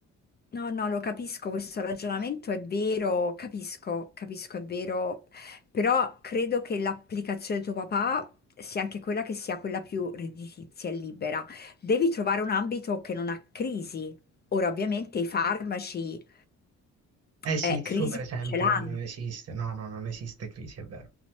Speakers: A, on the left; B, on the right.
A: No, no, lo capisco, questo ragionamento è vero, capisco, capisco, è vero, però credo che l'applicazione di tuo papà sia anche quella che sia quella più redditizia e libera. Devi trovare un ambito che non ha crisi. Ora, ovviamente, i farmaci
B: Eh sì,
A: eh,
B: il
A: crisi
B: suo, per esempio,
A: ce l'hanno.
B: non esiste. No, no, non esiste crisi, è vero.